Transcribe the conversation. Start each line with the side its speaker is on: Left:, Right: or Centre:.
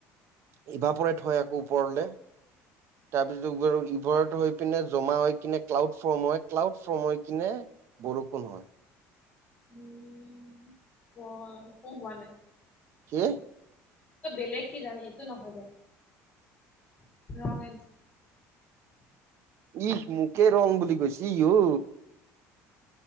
Right: ইভাপৰেত হয় আকৌ ওপৰলে তাৰপিছত ইভাপৰত হৈ পিনে জমা হৈ কিনে ক্লাউড ফ্ৰৰ্ম হয় ক্লাউড ফ্ৰৰ্ম হৈ কিনে বৰষুণ হয়।
Left: উম ক একো হোৱা নাই
Right: কি?
Left: ত বেলেগ কি জানে এইটো নহয় দে ৰং এন
Right: ইহ মোকে ৰং বুলি কৈছে ই উ